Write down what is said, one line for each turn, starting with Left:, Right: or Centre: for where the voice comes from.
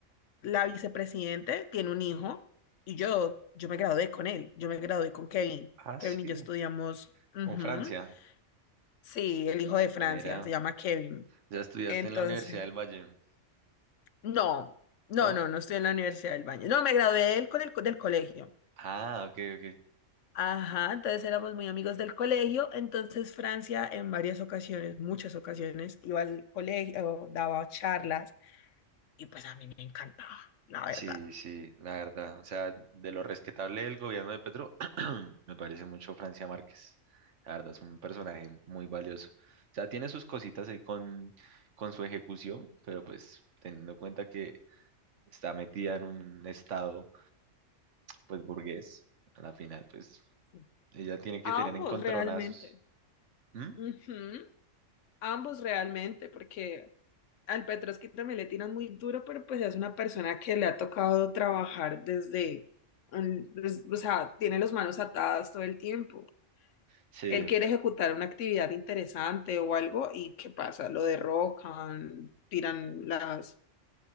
Left: la vicepresidente tiene un hijo y yo, yo me gradué con él, yo me gradué con Kevin.
Right: Ah,
Left: Kevin
Right: sí.
Left: y yo estudiamos, ujú,
Right: Con Francia.
Left: sí, el hijo de Francia,
Right: Mira,
Left: se llama Kevin.
Right: ya estudiaste
Left: Entonces...
Right: en la Universidad del Valle,
Left: No, no,
Right: ¿no?
Left: no, no estoy en la Universidad del Valle. No, me gradué del, con el, co- del colegio.
Right: Ah, ok, ok.
Left: Ajá, entonces éramos muy amigos del colegio. Entonces Francia en varias ocasiones, muchas ocasiones, iba al colegio, daba charlas y pues a mí me encantaba, la verdad.
Right: Sí, sí, la verdad. O sea, de lo respetable del gobierno de Petro, <clears throat> me parece mucho Francia Márquez. La verdad, es un personaje muy valioso. O sea, tiene sus cositas ahí con, con su ejecución, pero pues teniendo en cuenta que está metida en un estado, pues burgués, a la final, pues
Left: Sí.
Right: ella tiene que
Left: Ambos
Right: tener encontronazos.
Left: realmente.
Right: ¿Mm?
Left: Ujú, Ambos realmente, porque al Petrovsky también le tiran muy duro, pero pues es una persona que le ha tocado trabajar desde, un- des- o sea, tiene las manos atadas todo el tiempo.
Right: Sí,
Left: Él quiere ejecutar una actividad interesante o algo y ¿qué pasa? Lo derrocan, tiran las,